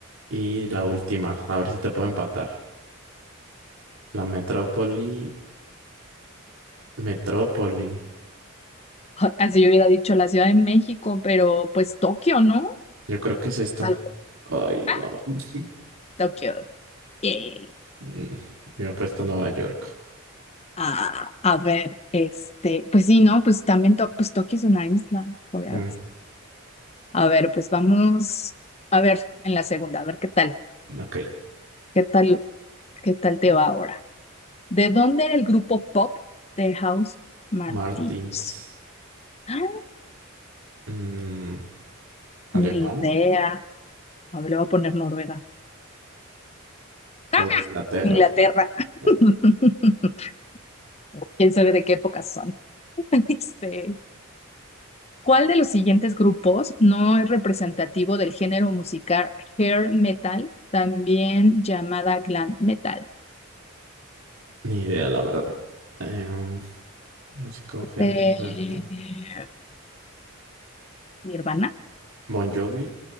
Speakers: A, on the right (about 70°); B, on the left (about 30°).
A: Y la última. A ver si te puedo empatar. La metrópoli, metrópoli.
B: <laughs> Así yo hubiera dicho la Ciudad de México, pero pues Tokio, ¿no?
A: Yo creo que es esta.
B: Tal cual.
A: Ay,
B: Ah,
A: no. <laughs>
B: Tokio. Yay.
A: Mm, Me he puesto Nueva York.
B: Ah, a ver, este, pues sí, ¿no? Pues también To- pues Tokio es una isla. obvias.
A: Mm,
B: A ver, pues vamos a ver en la segunda, a ver qué tal,
A: ok.
B: qué tal, qué tal te va ahora. ¿De dónde era el grupo pop de House Martins?
A: Martins.
B: Ah,
A: Mm, ¿alemán
B: ni idea. A ver, le voy a poner Noruega. ¡Ah!
A: o Inglaterra?
B: Inglaterra.
A: No,
B: <laughs> ¿Quién sabe de qué época son? Este, ¿cuál de los siguientes grupos no es representativo del género musical hair metal, también llamada glam metal?
A: ni idea, la verdad. Em, músico Hermes
B: Eh,
A: Plata.
B: Nirvana.
A: Bon Jovi.